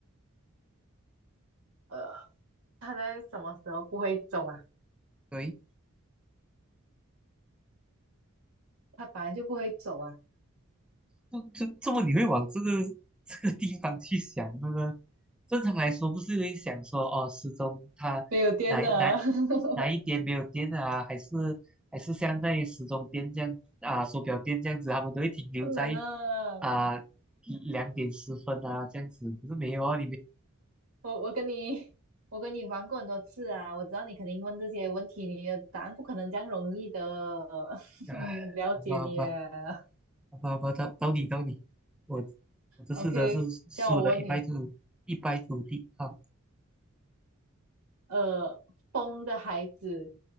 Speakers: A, on the right; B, in the centre.
A: 呃，他在什么时候不会走啊？
B: 对，
A: 他本来就不会走啊，
B: 不，这这么你会往这个这个地方去想，这个正常来说不是会想说哦，时钟它哪哪
A: 没有电了，<laughs>
B: 哪一点没有电啊？还是还是像那些时钟店这样啊，手表店这样子，他们都会停留在
A: 不能了。
B: 啊两点十分啊这样子，可是没有啊，里面。
A: 我我跟你我跟你玩过很多次啊，我知道你肯定问这些问题，你的答案不可能这样容易的，<laughs>
B: 唉，
A: 嗯了解你了。
B: 好吧好吧。好吧，好吧，到到你到你，我我这次真的是输的一败涂一败涂地啊！
A: OK，叫我问你，呃，风的孩子